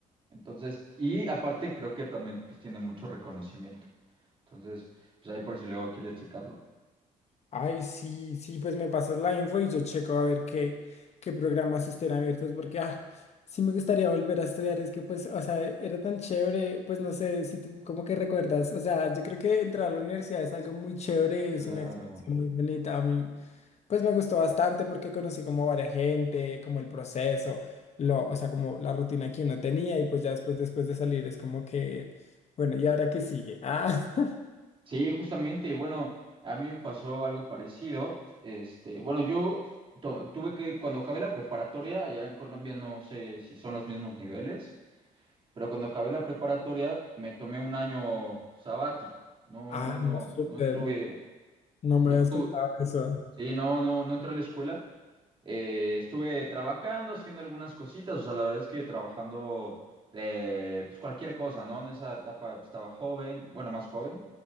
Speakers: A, on the right; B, on the left.
A: Entonces, y aparte creo que también pues, tiene mucho reconocimiento. Entonces, pues ahí por si luego quieres checarlo.
B: Ay, sí, sí, pues me pasas la info y yo checo a ver qué, qué programas estén abiertos, porque ah, sí me gustaría volver a estudiar, es que pues, o sea, era tan chévere, pues no sé si tú como que recuerdas, o sea, yo creo que entrar a la universidad es algo muy chévere, es
A: Claro.
B: una experiencia muy bonita, a mí pues me gustó bastante porque conocí como varias gente, como el proceso, lo, o sea, como la rutina que uno tenía y pues ya después, después de salir es como que, bueno, ¿y ahora qué sigue? Ah, <laughs>
A: Sí, justamente, bueno, a mí me pasó algo parecido. Este, bueno, yo to- tuve que, cuando acabé la preparatoria, allá en Colombia no sé si son los mismos niveles, pero cuando acabé la preparatoria me tomé un año sabático. No,
B: ah,
A: no,
B: no, súper,
A: no estuve,
B: no
A: no
B: me habías
A: estuve.
B: contado eso.
A: Sí, no, no, no entré a la escuela. Eh, estuve trabajando, haciendo algunas cositas. O sea, la verdad es que trabajando de pues cualquier cosa, ¿no? En esa etapa pues, estaba joven, bueno, más joven.